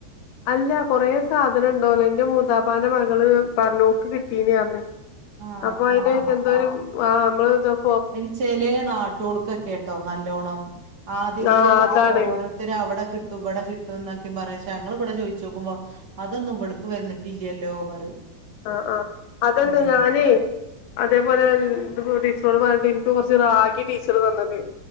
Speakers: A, on the left; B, on the right.
A: അല്ല കൊറേ സാധനോണ്ടോന്ന് ഇന്റെ മൂത്താപ്പാന്റെ മകള് പറഞ്ഞു ഓക്ക് കിട്ടീനറ്ഞ്ഞ്
B: ആഹ്
A: അപ്പോ അയിന്
B: ആഹ്
A: എന്തോരു ആ <unintelligible>
B: അയ്ന് ചെലേ നാട്ടോൾക്കെക്കെട്ടോ നല്ലോണം. ആദ്യങ്ങളിലൊക്കെ
A: ആഹ് അതാണ്
B: ബ് ഓരോരുത്തരവ്ടെ കി ട്ടും ഇവടെ കിട്ടുന്നൊക്കെ പറിം ശേ ഞങ്ങള്ബ്ടെ ചോയിച്ചോക്കുമ്പോ അതൊന്നു ഇവ്ട്ക്ക് വന്നിട്ടില്ലല്ലോ പറയും
A: ആഹ് ആഹ് അതന്ന്
B: ഉം
A: ഞാനേ അതേപോലെ ഇത്പ്പോ ടീച്ചറോട് പറ്ഞ്ഞിട്ട് ഇൻക്ക് കൊറ്ച്ച് റാഗി ടീച്ചർ തന്നത്.